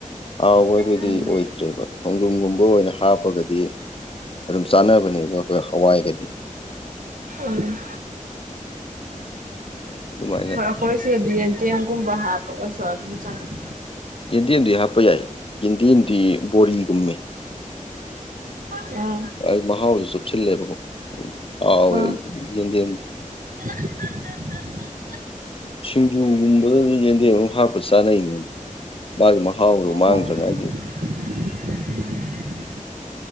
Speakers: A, on the left (about 40°); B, on the right (about 85°).
A: ꯍꯥꯎꯕ ꯍꯥꯏꯗꯨꯗꯤ
B: ꯎꯝ ꯎꯝ
A: ꯑꯣꯏꯗ꯭ꯔꯦꯕ ꯈꯣꯡꯗꯔꯨꯒꯨꯝꯕ ꯑꯣꯏꯅ ꯍꯥꯞꯄꯒꯗꯤ ꯑꯗꯨꯝ ꯆꯥꯅꯕꯅꯦꯕ ꯑꯩꯈꯣꯏ ꯍꯋꯥꯏꯒꯗꯤ
B: ꯎꯝ
A: ꯑꯗꯨꯃꯥꯏꯅ
B: ꯍꯣꯏ ꯑꯩꯈꯣꯏꯁꯦ ꯑꯦꯟꯇꯦꯝꯒꯨꯝꯕ ꯍꯥꯞꯄꯒꯁꯨ ꯑꯗꯨꯝ ꯆꯥꯅꯩ
A: ꯌꯦꯟꯗꯦꯝꯗꯤ ꯍꯥꯞꯄ ꯌꯥꯏ ꯌꯦꯟꯗꯦꯝꯗꯤ ꯕꯣꯔꯤꯒꯨꯝꯃꯤ
B: ꯎꯝ
A: ꯑꯩ ꯃꯍꯥꯎꯁꯨ ꯆꯨꯞꯁꯤꯜꯂꯦꯕꯀꯣ ꯍꯥꯎꯋꯦ
B: ꯑꯥ
A: ꯌꯦꯟꯗꯦꯝꯗꯤ
B: <unintelligible>
A: ꯁꯤꯡꯖꯨꯒꯨꯝꯕꯗ ꯑꯗꯨꯝ ꯌꯦꯟꯗꯦꯝ ꯑꯃꯨꯝ ꯍꯥꯞꯄ ꯆꯥꯅꯩꯅꯦ ꯃꯥꯒꯤ ꯃꯍꯥꯎꯗꯨꯣ ꯃꯥꯡꯗꯉꯥꯏꯒꯤ
B: ꯍꯣꯏ <inaudible>